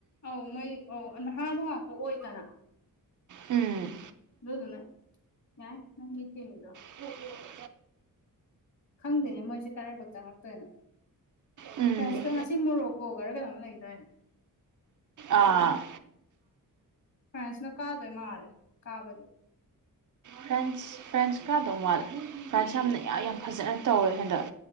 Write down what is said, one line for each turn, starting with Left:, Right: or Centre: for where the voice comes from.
Left: ꯑꯧ ꯃꯣꯏ ꯑꯧ ꯅꯍꯥꯁꯨ ꯉꯥꯛꯇ ꯑꯣꯏꯗꯅ
Right: ꯎꯝ
Left: ꯑꯗꯨꯗꯨꯅ ꯌꯥꯏ ꯅꯪꯒꯤ ꯇꯤꯝꯗꯣ
Right: <unintelligible>
Left: ꯈꯪꯗꯦ ꯃꯣꯏꯁꯦ ꯀꯥꯏꯐꯥꯎ ꯆꯪꯉꯛꯇꯣꯏꯅꯣ
Right: ꯎꯝ
Left: ꯐ꯭ꯔꯦꯟꯁꯀ ꯉꯁꯤ ꯃꯣꯔꯣꯛꯀꯣ ꯒꯥꯔꯥ ꯀꯩꯅꯣ ꯂꯩꯗꯥꯏꯅ
Right: ꯑꯥ
Left: ꯐ꯭ꯔꯥꯟꯁꯅ ꯀꯥꯗꯣꯏ ꯃꯥꯜꯂꯦ ꯀꯥꯕꯗꯤ
Right: ꯐ꯭ꯔꯦꯟꯁ ꯐ꯭ꯔꯦꯟꯁ ꯀꯗꯧ ꯃꯥꯜꯂꯦ ꯐ꯭ꯔꯦꯟꯁ ꯌꯥꯝꯅ ꯌꯥꯝ ꯐꯖꯅ ꯇꯧꯋꯦ ꯍꯟꯗꯛ